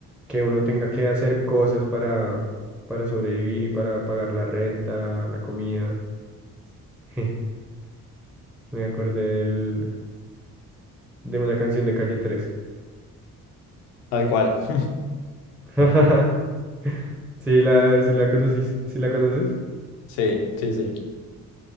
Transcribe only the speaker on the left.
Tal cual. <laughs>
Sí, sí, sí.